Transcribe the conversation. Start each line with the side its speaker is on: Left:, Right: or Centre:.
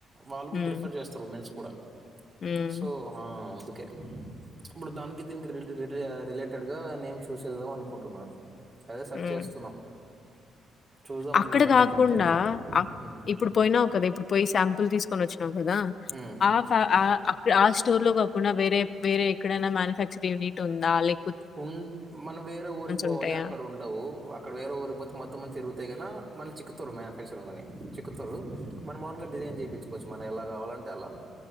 Right: వాళ్ళు కూడా
Left: హ్మ్
Right: ప్రిఫర్ చేస్తారు ఉమెన్స్ కూడా
Left: హ్మ్
Right: సో ఆ అందుకే ఇప్పుడు దానికి దీనికి రిలేటెడ్ ర రిలేటెడ్గా నేమ్స్ చూసేద్దాం అనుకుంటున్నాను అదే సెర్చ్
Left: హ్మ్
Right: చేస్తున్నాం చూద్దాం
Left: అక్కడ
Right: ఇంకా మంచి
Left: కాకుండా
Right: చిక్కుతాయేమో ఉమ్.
Left: ఇప్పుడు పోయినావ్ కదా ఇప్పుడు పోయి శాంపుల్ తీసుకొని వచ్చిన కదా
Right: ఉమ్.
Left: ఆ ఫ ఆ స్టోర్ లో కాకుండా వేరే వేరే ఎక్కడైనా మ్యానుఫ్యాక్చర్ ఎడిట్ ఉందా లే
Right: ఉమ్ మనం వేరే ఊరికి పోవాలి
Left: ఉంటాయా?
Right: అక్కడ ఉండవు అక్కడ వేరే ఊరికి పోతే మొత్తం మంత తిరుగుతాయి గనా మనకు చిక్కుతారు మ్యానుఫ్యాక్చరింగ్ల చిక్కుతరు మన మామూలుగా డిజైన్ చేయించు కొంచెం మనం ఎలా కావాలంటే అలా